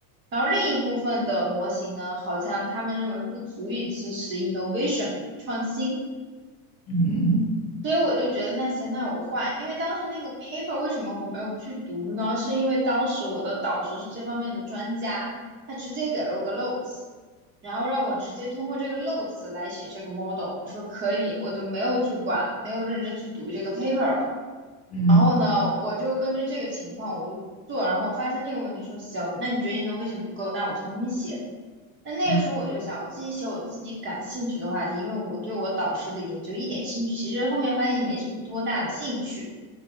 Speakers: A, on the right; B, on the left.
A: 然后另一部分的模型呢，好像他们认为不足以支持 innovation 创新，
B: 嗯
A: 所以我就觉得那行，那我换，因为当时那个 paper 为什么我没有去读呢？是因为当时我的导师是这方面的专家，他直接给了我个 notes，然后让我直接通过这个 notes 来写这个 model。我说可以，我就没有去管，没有认真去读这个 paper 了。
B: 嗯。
A: 然后呢，我就根据这个情况我就做，然后我发现这个问题说行，那你觉得你的什么不够？那我重新写。那那个时候我就想，
B: 嗯
A: 我自己写我自己感兴趣的话题，因为我对我导师的研究一点兴趣，其实后面发现没什么多大的兴趣。